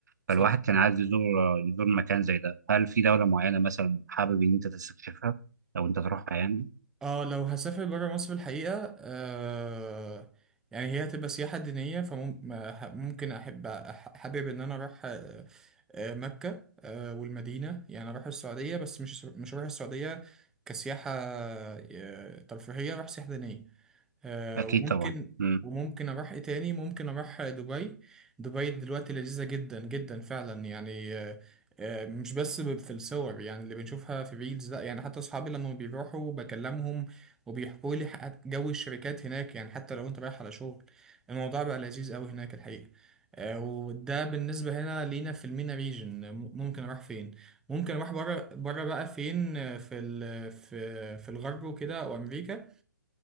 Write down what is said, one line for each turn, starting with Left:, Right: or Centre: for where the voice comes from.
Centre: صح
Right: فالواحد كان عايز يزور يزور مكان زي ده هل في دولة معينة مثلا حابب إن أنت تستكشفها أو أنت تروحها يعني
Centre: اه لو هسافر برا مصر الحقيقة آه يعني هي هتبقى سياحة دينية فممكن أحب أح- حابب إن أنا أروح آه، آه، مكة آه، والمدينة يعني أروح السعودية بس مش مش هروح السعودية كسياحة آه، ترفيهية أروح سياحة دينية آه،
Right: أكيد
Centre: وممكن
Right: طبعا مم.
Centre: وممكن اروح ايه تاني ممكن اروح دبي دبي دلوقتي لذيذة جدا جدا فعلا يعني آه، آه، مش بس ب- في الصور يعني اللي بنشوفها في ريلز لا يعني حتى اصحابي لما بيروحوا بكلمهم وبيحكوا لي حق- جو الشركات هناك يعني حتى لو انت رايح على شغل الموضوع بقى لذيذ قوي هناك الحقيقة آه، وده بالنسبة هنا لينا في المينا ريجن ممكن اروح فين ممكن اروح بره بره بقى فين آه، في ال- في في الغرب وكده وامريكا